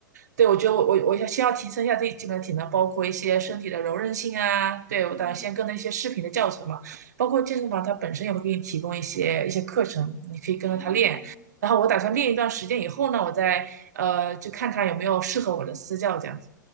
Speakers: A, on the right; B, on the left.
A: 对，我觉得我我我要先要提升一下自己基本的体能，
B: 哦，
A: 包括一些身体的柔韧性啊。对，我当然先跟着一些视频的教程嘛，
B: 嗯
A: 包括健身房它本身也会给你提供一些一些课程，你可以跟着它练。
B: 嗯。
A: 然后我打算练一段时间以后呢，我再呃就看看有没有适合我的私教这样子。